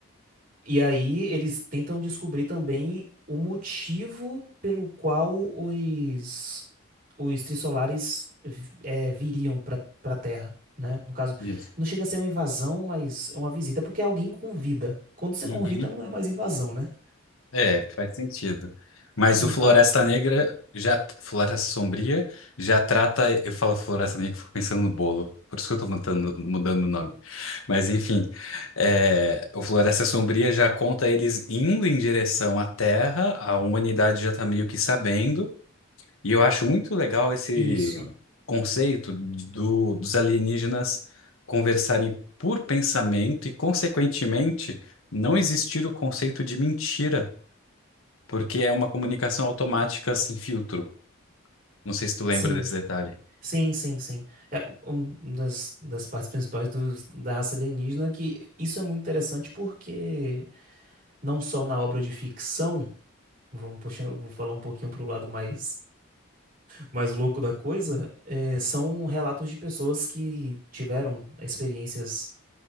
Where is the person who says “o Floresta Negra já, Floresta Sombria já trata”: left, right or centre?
Left